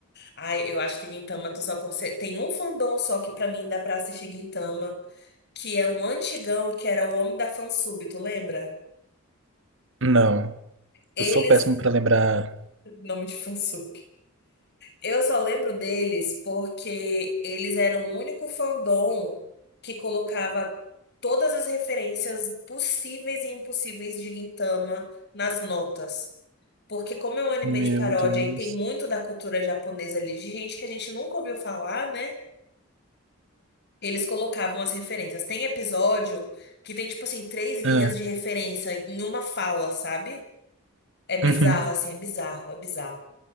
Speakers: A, on the left (about 55°); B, on the right (about 60°).
A: Ai, eu acho que Gintama tu só consegue... Tem um fandom só que pra mim dá pra assistir Gintama, que é um antigão, que era o Homem da Fansub, tu lembra?
B: Não.
A: Eles...
B: Eu sou péssimo pra lembrar.
A: Nome de Fansub. Eu só lembro deles porque eles eram o único fandom que colocava todas as referências possíveis e impossíveis de Gintama nas notas. Porque como é um anime
B: Meu
A: de paródia
B: Deus.
A: e tem muito da cultura japonesa ali, de gente que a gente nunca ouviu falar, né? Eles colocavam as referências. Tem episódio que tem, tipo assim, três linhas
B: Ah,
A: de referência em uma fala, sabe? É bizarro,
B: uhum.
A: assim, é bizarro, é bizarro.